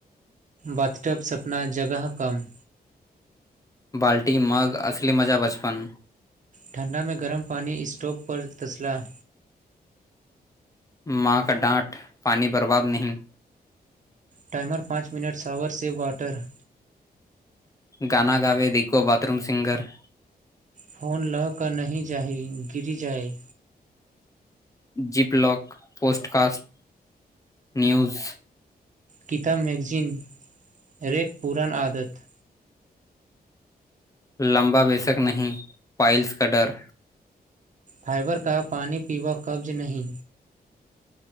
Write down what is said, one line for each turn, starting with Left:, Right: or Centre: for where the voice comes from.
Right: बथटब सपना जगह कम
Left: बाल्टी मग असली मजा बचपन
Right: ठण्डामे गरम पानी स्टोव पर तसलाह
Left: माँ कऽ डाँट पानि बर्बाद नहि
Right: टाइमर पाँच मिनट शॉावर से वाटर
Left: गाना गाबे देखिको बाथरूम सिंगर
Right: फोन लऽ कऽ नहि जााही गिर जाय
Left: zip lock podcast news
Right: Gita magazine rack पुरान आदत
Left: लम्बा बेसक नहि पाइल्स का डर
Right: फइबर कऽ पानी पीबा कब्ज नहि